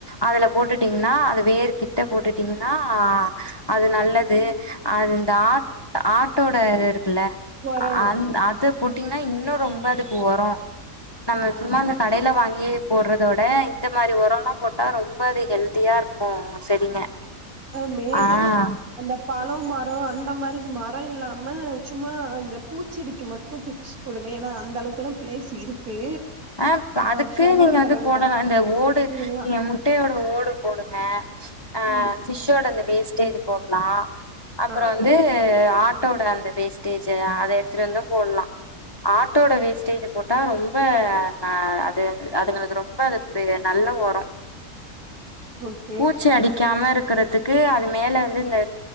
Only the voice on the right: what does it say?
ஒரோ
ஆ
ஆ மேஜரா
அந்த பழம் மரம் அந்த மாரி மரம் இல்லாம சும்மா அந்த பூச்செடிக்கு மட் ட்ரு டிப்ஸ் கொடுங்க ஏன்னா அந்தளவுக்கு தா பிளேஸ் இருக்கு
ஃப்ளவரிங்
கடவுனா
இதுவெல்லா
ம்
ஆ
ஓகே